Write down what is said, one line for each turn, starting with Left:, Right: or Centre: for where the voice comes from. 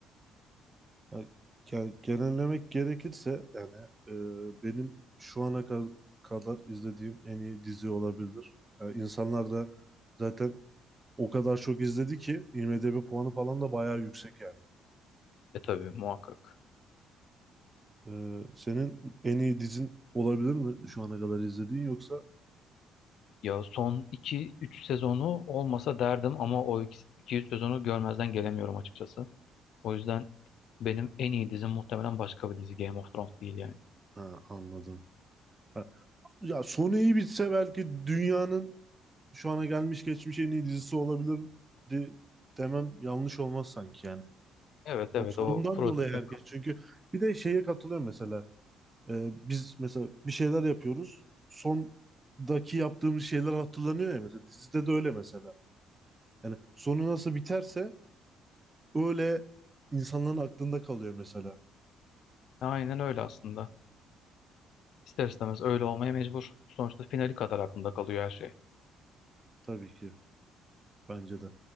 Right: Ya, ge- genellemek gerekirse yani e, benim şu ana ka- kadar izlediğim en iyi dizi olabilir. Yani insanlar da zaten o kadar çok izledi ki IMDb puanı falan da bayağı yüksek yani.
Left: E tabii muhakkak.
Right: Ee, senin en iyi dizin olabilir mi şu ana kadar izlediğin yoksa?
Left: Ya son iki üç sezonu olmasa derdim ama o iki 3 sezonu görmezden gelemiyorum açıkçası. O yüzden benim en iyi dizim muhtemelen başka bir dizi Game of Thrones değil yani.
Right: Ha, anladım. Ha, Ya sonu iyi bitse belki dünyanın şu ana gelmiş geçmiş en iyi dizisi olabilirdi demem yanlış olmaz sanki yani.
Left: Evet evet
Right: O sonundan
Left: o prodüksiyon.
Right: dolayı herkes çünkü bir de şeye katılıyor mesela ee, biz mesela bir şeyler yapıyoruz. Sondaki yaptığımız şeyler hatırlanıyor ya mesela. Dizide de öyle mesela. Yani sonu nasıl biterse öyle insanların aklında kalıyor mesela.
Left: Aynen öyle aslında. İster istemez öyle olmaya mecbur. Sonuçta finali kadar aklında kalıyor her şey.
Right: Tabii ki. Bence de.